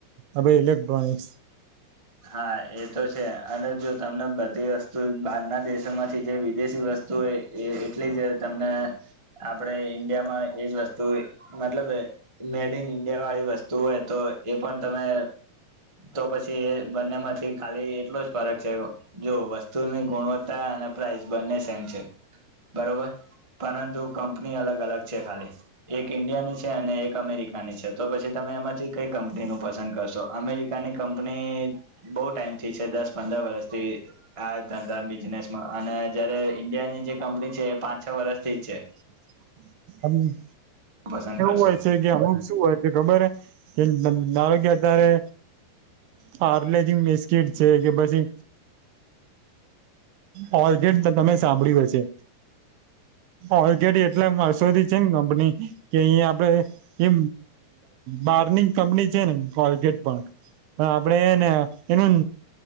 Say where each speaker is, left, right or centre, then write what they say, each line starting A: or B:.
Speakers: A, on the right; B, on the right.
A: આ ભી ઇલેક્ટ્રોનિક્સ
B: હા એ તો છે અને જો તમને બધી વસ્તુ બહારના દેશોમાંથી જે વિદેશી વસ્તુ એટલી જ તમને આપડે ઈન્ડિયામાં એજ વસ્તુ મતલબ મેડ ઇન ઇન્ડિયા વાળી વસ્તુ હોય તો એ પણ તમે તો પછી બંને માંથી ખાલી એટલો જ ફરક છે. જો વસ્તુની ગુણવત્તા અને પ્રાઇસ બંને સેમ છે. બરોબર. પરંતુ કંપની અલગ અલગ છે. ખાલી એક ઈન્ડિયાની છે. અને એક અમેરિકાની છે. તો પછી તમે એમાંથી કઈ કંપની નું પસંદ કરશો અમેરિકાની કંપની બહુ ટાઈમથી છે. દસ પંદર વર્ષથી આ ધંધા બિઝનેસમાં અને જયારે ઈન્ડિયા ત્યાંની જે કંપની છે. એ પાંચ છ. વર્ષથી જ છે.
A: <inaudible> એ એવું
B: પસંદ કરશો
A: હોય છે. કે હમ શું હોય છે. ખબર કે <unintelligible> ધારો કે અત્યારે પાલેજી બિસ્કીટ છે. કે પછી કોલગેટ તમે સાંભળ્યું હશે છે. ઓલગેડી એટલે શોધી છે. ને કંપની કે અહી આપડે એ બારનીં કંપની છે. ને કોગેટ પણ આપડેને એનું